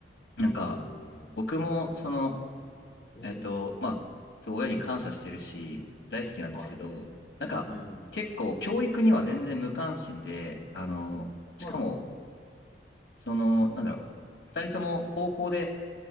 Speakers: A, on the left; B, on the left.
A: なんか、
B: えー、
A: 僕も、その、
B: うん。
A: えっと、まあ、そう、親に感謝してるし、大好きなんですけど、
B: はい。
A: なんか、
B: うん。
A: 結構、教育には全然無関心で、あの、しかも、
B: はい、はい。
A: その、なんだろう、二人とも高校で、